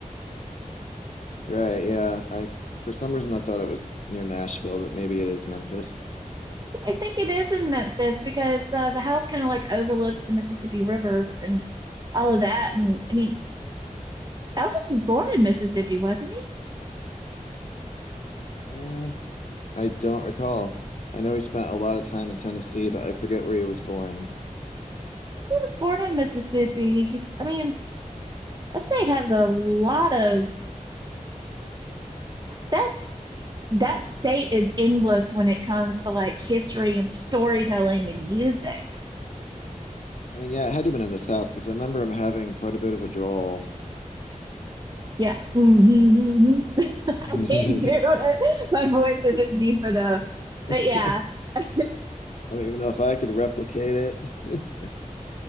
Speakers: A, on the left; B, on the right.
A: right? Yeah, I for some reason I thought it was near Nashville, but maybe it is Memphis.
B: Yeah, I think it is in Memphis because uh, the house kind of like overlooks the Mississippi River and all of that. And I mean, Elvis was born in Mississippi, wasn't he? I
A: Mm, I don't recall. I know he spent a lot of time in Tennessee, but I forget where he was born.
B: think he was born in Mississippi. I mean, that state has a lot of that's that state is endless when it comes to like history and storytelling and music.
A: I mean, yeah, it had to have been in the South because I remember him having quite a bit of a drawl.
B: Yeah. Mm-hmm, mm-hmm. <laughs> I
A: <laughs>
B: can't do
A: I
B: it. My voice isn't deep enough. But
A: don't
B: yeah, <laughs> I
A: even know if I could replicate it. <laughs>